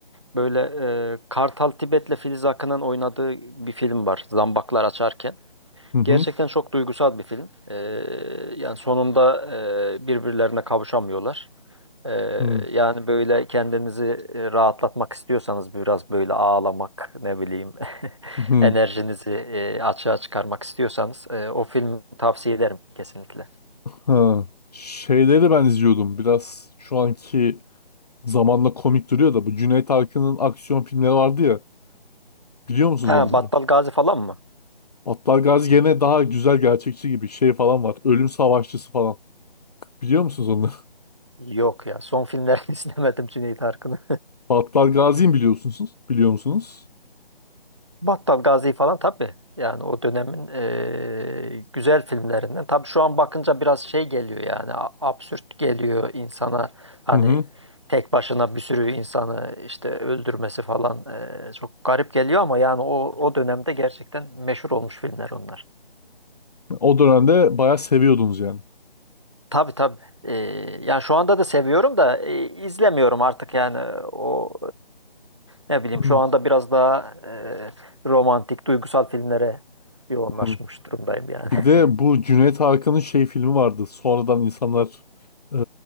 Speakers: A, on the right; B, on the left.
A: Böyle e, Kartal Tibet'le Filiz Akın'ın oynadığı bir film var. Zambaklar Açarken.
B: Hı hı.
A: Gerçekten çok duygusal bir film. E, yani sonunda e, birbirlerine kavuşamıyorlar. E,
B: Hı.
A: yani böyle kendinizi e, rahatlatmak istiyorsanız biraz böyle ağlamak, ne bileyim, <laughs>
B: Hı,
A: enerjinizi e, açığa çıkarmak istiyorsanız e, o filmi tavsiye ederim kesinlikle.
B: ha. Şeyleri ben izliyordum. Biraz şu anki zamanla komik duruyor da bu Cüneyt Arkın'ın aksiyon filmleri vardı ya. Biliyor musunuz
A: Ha,
B: onları?
A: Battal Gazi falan mı?
B: Battal Gazi gene daha güzel gerçekçi gibi şey falan var. Ölüm Savaşçısı falan. Biliyor musunuz onları?
A: Yok ya, son filmlerini <laughs> izlemedim Cüneyt Arkın'ın.
B: <laughs> Battal Gazi'yi mi biliyorsunuz? Biliyor musunuz?
A: Battal Gazi falan tabii. Yani o dönemin eee, güzel filmlerinden. Tabii şu an bakınca biraz şey geliyor yani a- absürt geliyor insana. Hani
B: Hı hı.
A: tek başına bir sürü insanı işte öldürmesi falan eee, çok garip geliyor ama yani o, o dönemde gerçekten meşhur olmuş filmler onlar.
B: O dönemde bayağı seviyordunuz yani.
A: Tabii tabii. Ee, yani şu anda da seviyorum da e, izlemiyorum artık yani o e, ne bileyim
B: Hı
A: şu anda biraz daha e, romantik, duygusal filmlere yoğunlaşmış
B: hı.
A: durumdayım yani.
B: Bir
A: <laughs>
B: de bu Cüneyt Arkın'ın şey filmi vardı. Sonradan insanlar eee,